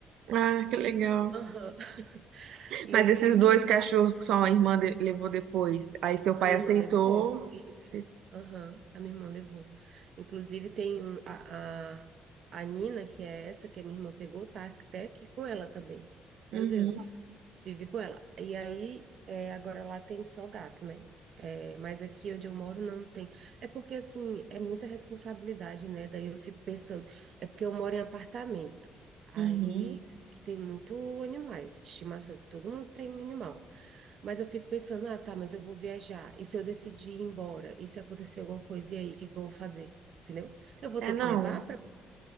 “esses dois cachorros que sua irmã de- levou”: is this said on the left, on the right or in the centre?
Right